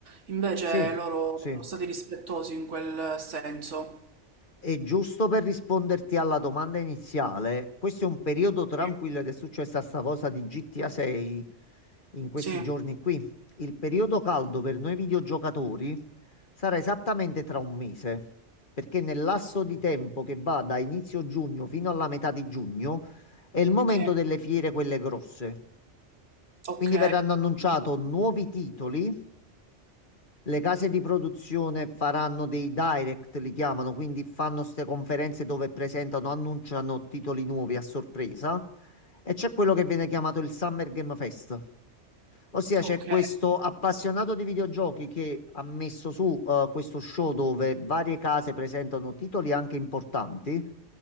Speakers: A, on the right; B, on the left.
A: Invece
B: Sì,
A: loro
B: sì.
A: sono stati rispettosi in quel senso.
B: E giusto per risponderti alla domanda iniziale, questo è un periodo tranquillo
A: Sì,
B: ed è successa sta cosa di GTA 6 in questi
A: sì,
B: giorni qui. Il periodo caldo per noi videogiocatori sarà esattamente tra un mese, perché nel lasso di tempo che va da inizio giugno fino alla metà di giugno è il momento
A: sì.
B: delle fiere, quelle grosse.
A: Ok,
B: Quindi verranno annunciati nuovi titoli le case di produzione faranno dei direct, li chiamano, quindi fanno queste conferenze dove presentano, annunciano titoli nuovi a sorpresa. E c'è quello che viene chiamato il Summer Game Fest. Ossia c'è
A: ok,
B: questo appassionato di videogiochi che ha messo su eh, questo show dove varie case presentano titoli anche importanti